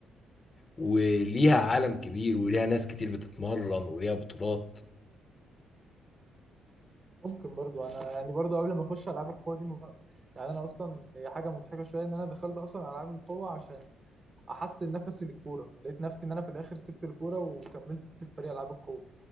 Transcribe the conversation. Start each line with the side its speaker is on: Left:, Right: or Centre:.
Left: وليها عالم كبير وليها ناس كتير بتتمرن وليها بطولات
Right: ممكن برضو انا يعني برضو قبل ما اخش العاب القوه دي ما- يعني انا اصلا هي حاجه مضحكه شويه ان انا دخلت اصلا العاب القوه عشان احسن نفسي للكوره لقيت نفسي ان انا في الاخر سبت الكوره وكملت في فريق العاب القوه